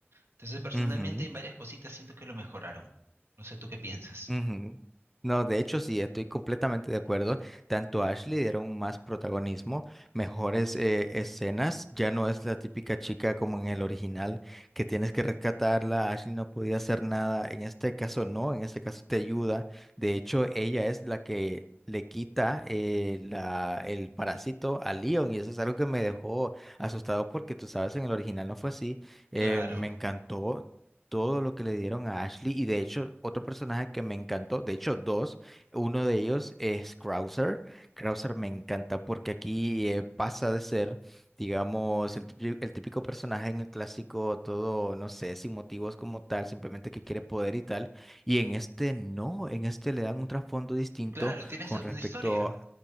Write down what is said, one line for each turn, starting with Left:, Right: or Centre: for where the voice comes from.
Right: Entonces, personalmente,
Centre: ujú.
Right: en varias cositas siento que lo mejoraron. No sé tú qué piensas.
Centre: Ujú. No, de hecho sí, estoy completamente de acuerdo. Tanto a Ashley dieron más protagonismo, mejores eh, escenas. Ya no es la típica chica como en el original, que tienes que rescatarla. Ashley no podía hacer nada. En este caso no, en este caso te ayuda. De hecho, ella es la que le quita eh, la, el parásito a Leon y eso es algo que me dejó asustado porque tú sabes, en el original no fue así. Eh,
Right: Claro,
Centre: me encantó todo lo que le dieron a Ashley y de hecho otro personaje que me encantó, de hecho dos, uno de ellos es Krauser. Krauser me encanta porque aquí eh, pasa de ser, digamos, el típico, el típico personaje en el clásico, todo, no sé, sin motivos como tal, simplemente que quiere poder y tal, y en este no, en este le dan un trasfondo distinto
Right: claro, tiene
Centre: con
Right: hasta una
Centre: respecto
Right: historia.